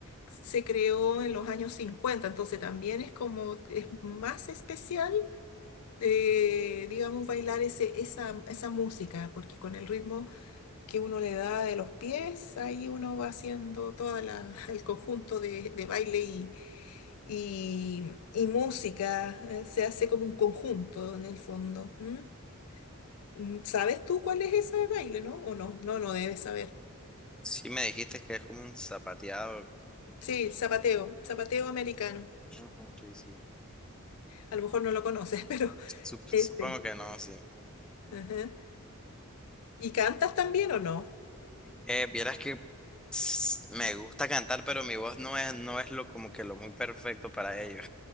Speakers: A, on the left; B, in the centre.
A: se creó en los años cincuenta entonces también es como, es más especial, eh, digamos, bailar ese, esa, esa música, porque con el ritmo que uno le da de los pies, ahí uno va haciendo todo el conjunto de, de baile y, y, y música, eh, se hace como un conjunto en el fondo. ¿m? Mm, ¿Sabes tú cuál es ese baile, no? ¿O no? No, no debes saber.
B: Sí me dijiste que es como un zapateado.
A: Sí, zapateo, zapateo americano.
B: Ujú, sí, sí.
A: A lo mejor no lo conoces, <laughs> pero
B: Sup-
A: ese.
B: supongo que no, sí.
A: Ajá. ¿Y cantas también o no?
B: Eh, vieras que s- me gusta cantar, pero mi voz no es, no es lo como que lo muy perfecto para ello.